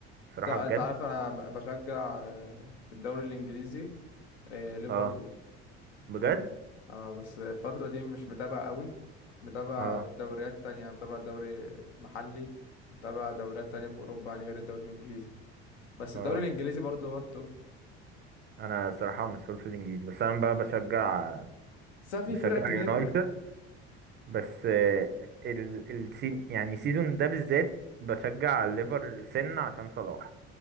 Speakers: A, on the right (about 35°); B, on the left (about 80°).
A: الصراحة
B: انت انت
A: بجد
B: عارف انا ب- بشجع آه، في الدوري الانجليزي آه، ليفربول
A: اه بجد
B: اه بس الفترة دي مش متابع قوي متابع
A: اه
B: دوريات تانية متابع دوري محلي متابع دوريات تانية في أوروبا يعني غير الدوري الإنجليزي بس
A: اه
B: الدوري الإنجليزي برضه هو التوب
A: انا صراحة مسحول في الانجليزي بس انا بقى بشجع
B: بس في
A: بشجع
B: فرق كتير
A: يونايتد بس آه، ال... السي... يعني السيزون ده بالذات بشجع الليفر سن عشان صلاح